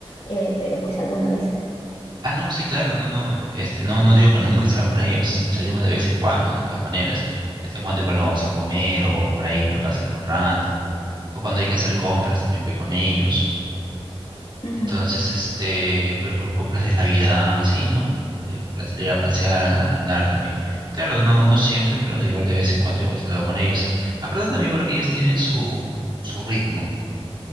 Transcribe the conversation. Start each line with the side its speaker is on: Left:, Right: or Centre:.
Left: Eh, pero pues alguna vez.
Right: Ah, no, sí, claro, no, no, este, no, no digo que nunca salga con ellos, salimos de vez en cuando, de todas maneras, de vez en cuando igual lo vamos a comer o por ahí, ¿no? a pasar un rato, o cuando hay que hacer compras también voy con ellos
Left: Ujú.
Right: Entonces, este, por ejemplo, compras de Navidad, así, ¿no? Eh, para salir a pasear, a andar también. Claro, no, no siempre, pero igual de vez en cuando, igual salgo con ellos. Aparte también porque ellos tienen su, su ritmo.